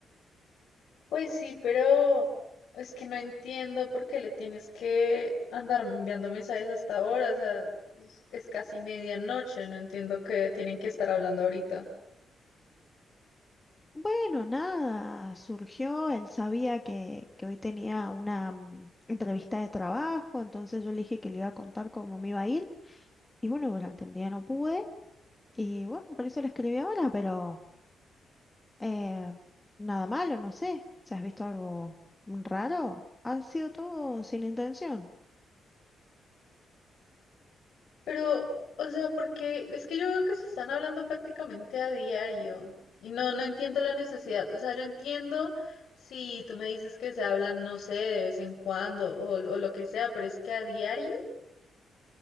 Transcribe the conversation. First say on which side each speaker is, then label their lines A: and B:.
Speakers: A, on the left; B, on the left.
A: Pues sí, pero es que no entiendo por qué le tienes que andar enviando mensajes hasta ahora. O sea, es es casi medianoche, no entiendo que tienen que estar hablando ahorita.
B: Bueno, nada, surgió, él sabía que, que hoy tenía una mm, entrevista de trabajo, entonces yo le dije que le iba a contar cómo me iba a ir y bueno, durante el día no pude y bueno, por eso le escribí ahora, pero... Eh, nada malo, no sé. Si has visto algo raro, ha sido todo sin intención.
A: Pero, o sea, porque es que yo veo que se están hablando prácticamente a diario y no, no entiendo la necesidad. O sea, yo entiendo si tú me dices que se hablan, no sé, de vez en cuando o, o lo que sea, pero es que a diario.